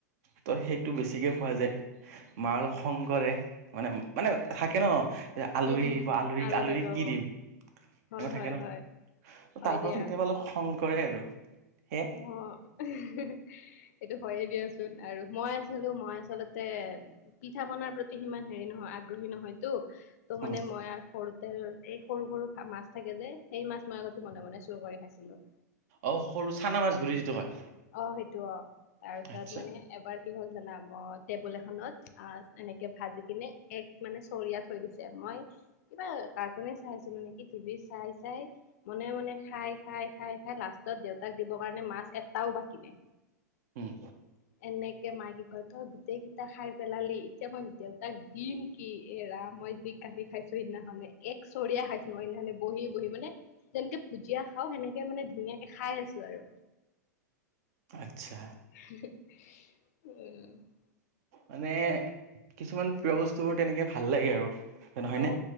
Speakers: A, on the right; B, on the left.
A: ত' সেইটো বেছিকে খোৱা যায়। মা অলপ খং কৰে মানে-মানে থাকে ন' যে আলহী
B: উম, উম,
A: আহিব আলহীক-আলহীক
B: আলহী অ',
A: কি দিম <unintelligible>
B: হয়, হয়,
A: থাকে ন,
B: হয়।
A: ত'তাৰ
B: হয়
A: ফলত
B: দিয়া
A: কেতিয়াবা অলপ খং কৰে আৰু সে
B: অ, <unintelligible> এইটো হয়ে দিয়াচোন আৰু মই আছিলোঁ মই আচলতে পিঠা পনাৰ প্ৰতি সিমান হেৰি নহয় আগ্ৰহী নহয়তো ত' মানে
A: উম
B: মই সৰু তে এই সৰু - সৰু মাছ থাকে যে সেই মাছ মই আগতে মনে-মনে চুৰ কৰি খাইছিলোঁ।
A: অ, সৰু চানা মাছ বুলি যিটো কয়?
B: অ, সেইটো অ, তাৰপিছত
A: আচ্ছা
B: মানে এবাৰ কি হ'ল জানা টেবুল এখনত <unintelligible> এনেকে ভাজি কিনে এক মানে চৰিয়া থৈ দিছে মই কিবা কাৰ্টুনে চাই আছিলোঁ নেকি টিভি চাই- চাই মনে - মনে খাই-খাই-খাই-খাই লাষ্টত দেউতাক দিব কাৰণে মাছ এটাও বাকী নাই।
A: উম,
B: <inaudible> এনেকে মায়ে কি কয় তই গোটেই কেইটা খাই পেলালি এতিয়া মই দেউতাক দিম কি এ ৰাম মই যি গালি খাইছোঁ সেইদিনাখনে এক চৰিয়া খাইছোঁ মই সেইদিনাখনে বহি-বহি মানে যেনকে ভুজিয়া খাওঁ সেনেকে মানে ধুনীয়াকে খাই আছো আৰু।
A: আচ্ছা।
B: <unintelligible>
A: মানে কিছুমান প্ৰিয় বস্তুবোৰ তেনেকে ভাল লাগে আৰু। ত'নহয়
B: অ
A: নে